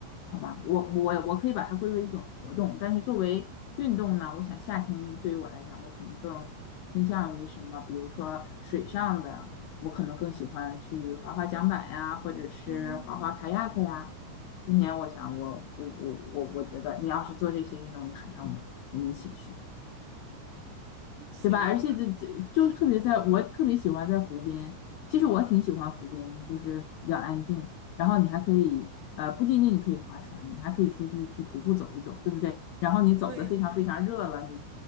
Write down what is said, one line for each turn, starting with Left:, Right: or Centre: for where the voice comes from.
Left: 好吧，我我我可以把它归为一种活动，但是作为运动呢，我想夏天对于我来讲，我可能更倾向于什么，比如说水上的，我可能更喜欢去滑滑桨板呀，或者是滑滑卡
Right: 嗯，
Left: a 克呀。今年我想我我我我我觉得你要是做这些运动，你喊上我，我们一起去。
Right: 行吧，
Left: 对吧？而且这这就特别在，我特别喜欢在湖边。其实我挺喜欢湖边，就是比较安静。然后你还可以，呃，不仅仅你可以划船，你还可以出去去徒步走一走，对不对？然后你走的非常非常热了，
Right: 对，
Left: 你